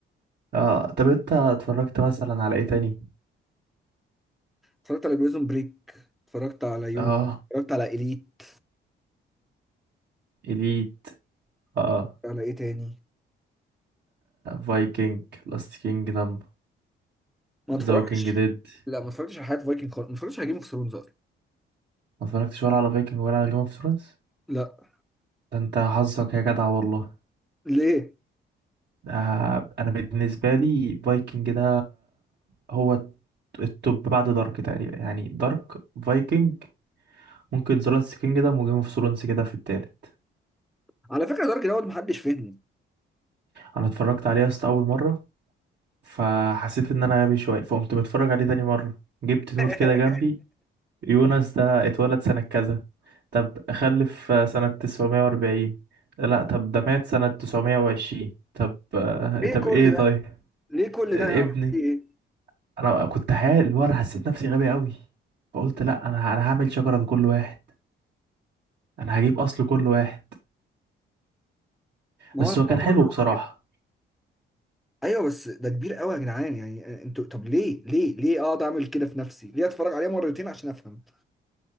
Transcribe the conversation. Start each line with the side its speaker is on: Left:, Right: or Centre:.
Right: اه طب انت اتفرجت مثلا على ايه تاني
Centre: اتفرجت على بريزون بريك اتفرجت على يو
Right: اه
Centre: اتفرجت على اليت
Right: اليت اه
Centre: على ايه تاني
Right: فايكنج لاست كينجدم
Centre: ما اتفرجتش
Right: ذا ووكينج ديد
Centre: لا ما اتفرجتش على حياة فايكنج خالص ما اتفرجتش على جيم اوف ثرونز اصلا
Right: ما اتفرجتش ولا على فايكنج ولا على جيم اوف ثرونز
Centre: لا
Right: ده انت حظك يا جدع والله
Centre: ليه
Right: ده انا بالنسبه لي فايكنج ده هو التوب بعد دارك تقريبا يعني دارك فايكنج ممكن ذا لاست كينجدم وجيم اوف ثرونز كده في التالت
Centre: على فكره دارك دوت محدش فهمني
Right: انا اتفرجت عليه اصلا اول مره فحسيت ان انا غبي شويه فقمت متفرج عليه تاني مره جبت نوت
Centre: <laughs>
Right: كده جنبي يونس ده اتولد سنه كذا طب خلف سنه 940 لا طب ده مات سنه 920 طب آه،
Centre: ليه
Right: طب
Centre: كل
Right: ايه
Centre: ده
Right: طيب
Centre: ليه كل
Right: آه،
Centre: ده يا عم
Right: ابني
Centre: في ايه
Right: انا كنت حال اللي هو انا حسيت نفسي غبي قوي فقلت لا انا انا هعمل شجره لكل واحد انا هجيب اصل كل واحد
Centre: ما
Right: بس
Centre: هو انا
Right: هو
Centre: بحاول
Right: كان حلو
Centre: برضه
Right: بصراحه
Centre: أقول كده ايوه بس ده كبير قوي يا جدعان يعني انتوا طب ليه ليه ليه اقعد اعمل كده في نفسي ليه اتفرج عليه مرتين عشان افهم